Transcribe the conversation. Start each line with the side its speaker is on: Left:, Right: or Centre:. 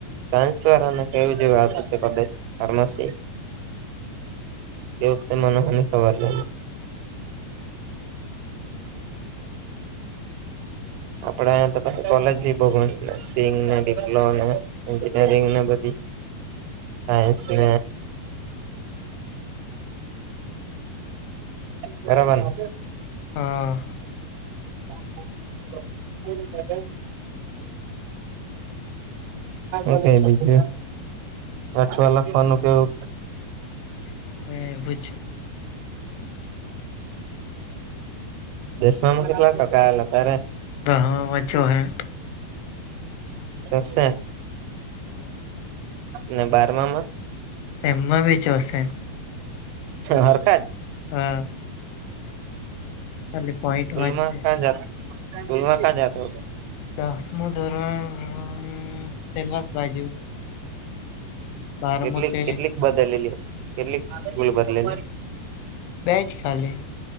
Right: સાન્સ વાળાને કેવું જેવું આપું છે કદ. ફાર્માસી તે વતે મનોહને ખબર લ.
Left: હા હા.
Right: આપડે અ તો કોલેજ ભી બહ નર્સિંગ ડિપ્લો એન્જિયંગના પતિ હા છે <inaudible> બરાબરને.
Left: હા.
Right: <inaudible> એ ક બીજું પાછવા લખવાનું કેવું.
Left: કેતાવે બછ.
Right: દેશમાં કેટલા ટકા આવેલા અત્યારે.
Left: દહમાંજોહેેઠ.
Right: સરશે.
Left: હા
Right: ને બારમા માં.
Left: તેમમાં બી ચોશે.
Right: હરકત.
Left: હા. ખાલી પોઈન્ટમાં
Right: સ્કૂલ
Left: જ
Right: માં
Left: છે
Right: ક્યાં જાતો સ્કૂલમાં ક્યાં જાતો હતો.
Left: દસમું ધોરણ પેવાક બાજુ બારમું
Right: કેટલી
Left: તે
Right: કેટલીક બદલેલી કેટલીક સ્કલ બદલેલી
Left: બેચ ખાલી